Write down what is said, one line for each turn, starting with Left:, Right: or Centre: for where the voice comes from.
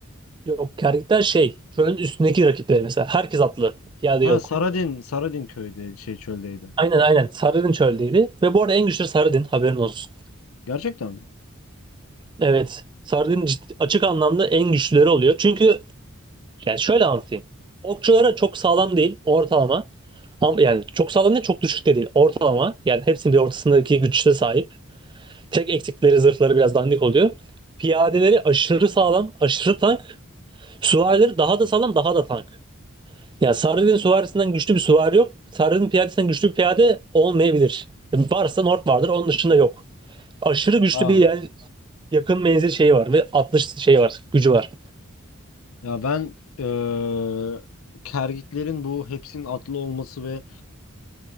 Right: Yok kerkükler şey çölün üstündeki rakipleri mesela herkes atlı piyade
Left: Ha
Right: yok.
Left: Saradin, Saradin köyde şey çöldeydi.
Right: Aynen aynen. Sarıdin çöldeydi. Ve bu arada en güçlü Sarıdin haberin olsun.
Left: Gerçekten mi?
Right: Evet. Sarıdin cid- açık anlamda en güçlüleri oluyor. Çünkü yani şöyle anlatayım. Okçulara çok sağlam değil ortalama. Ama yani çok sağlam değil çok düşük de değil ortalama. Yani hepsinin bir ortasındaki güçte sahip. Tek eksikleri zırhları biraz dandik oluyor. Piyadeleri aşırı sağlam aşırı tank. Süvarileri daha da sağlam daha da tank. Yani Sarıdin süvarisinden güçlü bir süvari yok. Sarıdin piyadesinden güçlü bir piyade olmayabilir. Varsa Nord vardır onun dışında yok. Aşırı güçlü
Left: Aa.
Right: bir yel yakın menzil şeyi var ve atış şeyi var, gücü var.
Left: Ya ben eee kergitlerin bu hepsinin atlı olması ve